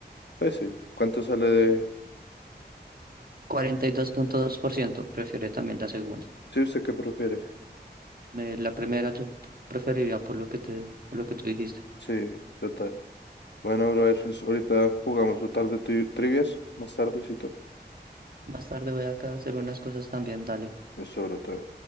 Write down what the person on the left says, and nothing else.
Pues sí, ¿cuánto sale de...?
Sí, ¿usted qué prefiere?
Sí, total. Bueno, brother, pues ahorita jugamos total de tri- trivias, más tardecito.
Eso, brother.